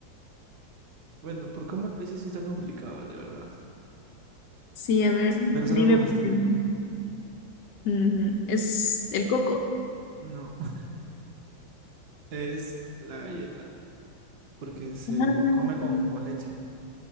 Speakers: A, on the right (about 60°); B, on the left (about 70°).
A: Bueno, por cómo lo dices sí está complicado, de verdad.
B: Sí, a ver,
A: Pero es
B: dime
A: algo comestible.
B: por qué. no. Ujú, ¿Es el coco?
A: No, <laughs> es la galleta. porque se
B: Ah,
A: come con, con leche.